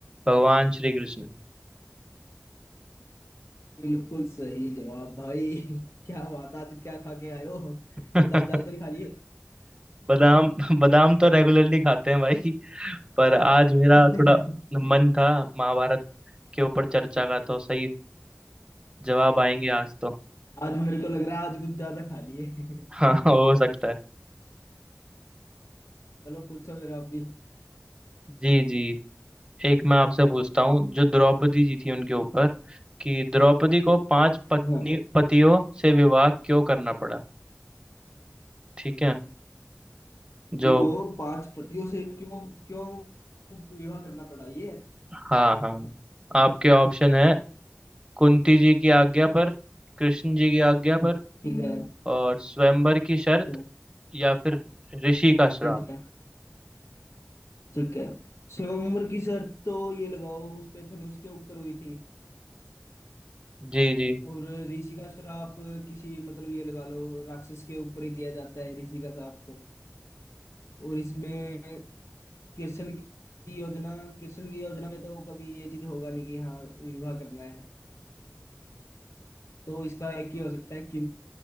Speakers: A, on the right; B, on the left.
A: भगवान श्री कृष्ण
B: बिल्कुल सही जवाब भाई <laughs> क्या बात आज क्या खा के आए हो
A: <laughs>
B: बादाम ज्यादा तो नहीं खा लिए
A: बादाम बादाम तो रेगुलरली खाते हैं भाई पर आज मेरा
B: <laughs>
A: थोड़ा मन था महाभारत के ऊपर चर्चा का तो सही जवाब आएंगे आज तो
B: आज मेरे को लग रहा है आज कुछ ज्यादा खा लिए <laughs>
A: <laughs> हाँ हो सकता है
B: चलो पूछो फिर आप भी
A: जी जी एक मैं आपसे पूछता हूँ जो द्रौपदी जी थी उनके ऊपर कि द्रौपदी को पांच पत्नी
B: हाँ
A: पतियों से विवाह क्यों करना पड़ा ठीक है जो
B: स्त्री को पांच पतियों से क्यों क्यों विवाह करना पड़ा ये है।
A: हाँ हाँ आपके ऑप्शन है कुंती जी की आज्ञा पर कृष्ण जी की आज्ञा पर
B: ठीक है
A: और स्वयंवर की शर्त
B: तो
A: या फिर ऋषि का श्राप
B: ठीक है ठीक है स्वयंवर की शर्त तो ये लगाओ उस पे धनुष के ऊपर हुई थी
A: जी जी
B: और ऋषि का श्राप किसी मतलब ये लगा लो राक्षस के ऊपर ही दिया जाता है ऋषि का श्राप तो और इसमें कृष्ण की योजना कृष्ण की योजना में तो कभी ये चीज होगा नहीं कि हाँ विवाह करना है तो इसका एक ही हो सकता है कि